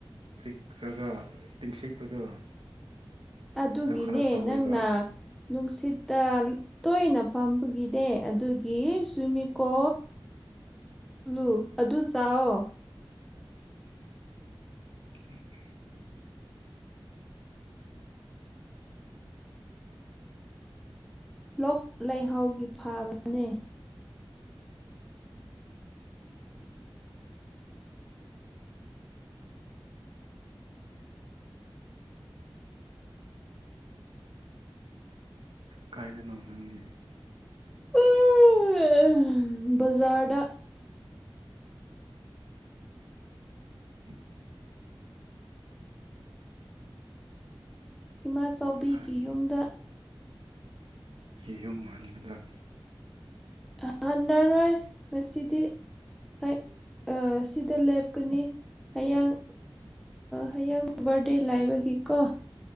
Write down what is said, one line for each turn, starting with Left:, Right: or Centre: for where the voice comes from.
Right: ꯆꯤꯛ꯭ꯔꯒ ꯇꯤꯡꯁꯤꯛꯄꯗꯣ
Centre: ꯑꯗꯨꯒꯤꯅꯦ
Right: ꯑꯗꯣ ꯈꯔ ꯇꯧꯋꯦꯕ
Centre: ꯅꯪꯅ ꯅꯨꯡꯁꯤꯠꯇ ꯇꯣꯏꯅ ꯐꯥꯝꯕꯒꯤꯅꯦ ꯑꯗꯨꯒꯤ ꯁ꯭ꯋꯤꯃꯤꯀꯣ ꯐ꯭ꯂꯨ ꯑꯗꯨ ꯆꯥꯑꯣ
Right: <inaudible>
Centre: ꯂꯣꯛ ꯂꯩꯍꯥꯎꯒꯤ ꯐꯥꯕꯅꯦ
Right: <inaudible> ꯀꯥꯏꯗꯅꯣ ꯅꯪꯗꯤ
Centre: ꯎꯎꯎ ꯑ ꯑꯝ ꯕꯖꯥꯔꯗ
Right: <inaudible>
Centre: ꯏꯃꯥ ꯆꯥꯎꯕꯤꯒꯤ
Right: ꯑꯍꯟ
Centre: ꯌꯨꯝꯗ
Right: ꯌꯨꯝ ꯍꯟꯒꯗ꯭ꯔꯥ
Centre: ꯍ ꯍ ꯍꯟꯅꯔꯣꯏ ꯉꯁꯤꯗꯤ ꯑꯩ ꯑꯥ ꯁꯤꯗ ꯂꯦꯞꯀꯅꯤ ꯍꯌꯦꯡ ꯍꯌꯦꯡ ꯕꯥꯔꯗꯦ ꯂꯥꯏꯕꯒꯤꯀꯣ